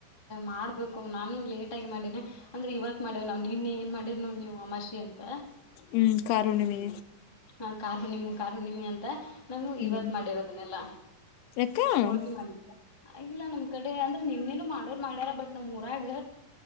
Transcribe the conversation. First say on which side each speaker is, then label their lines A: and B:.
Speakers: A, on the left (about 20°); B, on the left (about 80°).
A: ಮಾಡ್ಬೇಕು ನಾನು ಲೇಟ್ ಆಗಿ ಮಾಡೇನೆ ಅಂದ್ರೆ ಇವತ್ ಮಾಡೇವಿ ನಾವು ನಿನ್ನಿ. ಮಾಡಿರ್ ನ ನೀವು ಅಮಾಷಿ ಅಂತ
B: ಹ್ಮ್ ಕಾರುಣಿಮೆ
A: ಹಾ ಕಾರಾರ್ುಣಿಮ ಕಾರಾರ್ುಣಿಮಿ ಅಂತ ನಂಗ
B: ಹ್ಮ್
A: ಇವತ್ ಮಾಡೇವದನ್ನಲ್ಲ
B: ಯಾಕ
A: ಹೋಳ್ ಮಾಡ ಇಲ್ಲ ನಮ್ ಕಡೆ ಅಂದ್ರೆ ನಿನ್ನೆನು ಮಾಡೋರು ಮಾಡ್ಯಾರ ಬಟ್ ನಮ್ಮ್ ಊರಾಗ